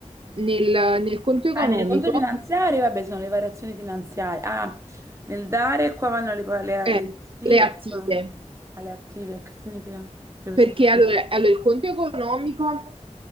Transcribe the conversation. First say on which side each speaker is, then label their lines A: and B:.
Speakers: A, on the right (about 45°); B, on the right (about 25°).
A: nel, nel conto economico
B: Ah, nel conto finanziario, vabbè, sono le variazioni finanziarie. Ah, nel dare qua vanno le, le-
A: Eh,
B: le positive
A: le attive,
B: eh, alle attive, che significa? Le positive.
A: perché allora, allora il conto economico,